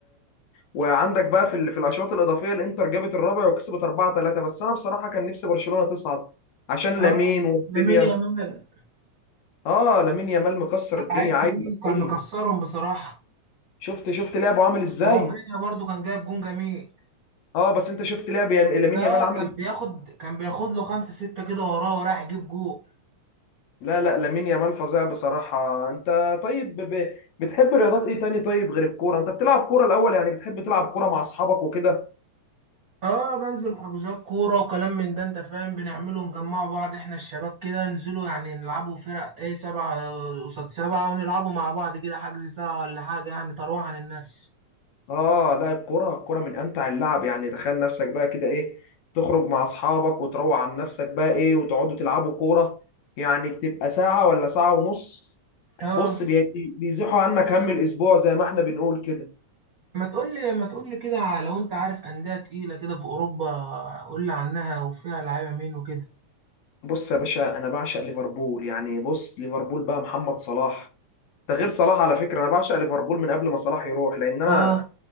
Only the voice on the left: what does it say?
وعندك بقى في ال- في الاشواط الاضافيه الانتر جابت الرابع وكسبت 4 3 بس انا بصراحه كان نفسي برشلونه تصعد عشان
لامين ورافينيا
اه لامين يامال مكسر الدنيا
عايز
ايه
شفت شفت لعبه عامل ازاي
اه بس انت شفت لعب يام- لامين
يامال عامل
ازاي
لا لا لامين يامال فظيع بصراحه انت طيب ب... بتحب رياضات ايه تاني طيب غير الكوره انت بتلعب كوره الاول يعني بتحب تلعب كوره مع اصحابك وكده
اه لا الكوره الكوره من امتع اللعب يعني تخيل نفسك بقى كده ايه تخرج مع اصحابك وتروق عن نفسك بقى ايه وتقعدوا تلعبوا كوره يعني بتبقى ساعه ولا ساعه ونص
بص بي- بيزيحوا عنك هم الاسبوع زي ما احنا بنقول كده
بص يا باشا انا بعشق ليفربول يعني بص ليفربول بقى محمد صلاح ده غير صلاح على فكره انا بعشق ليفربول من قبل ما صلاح يروح لان انا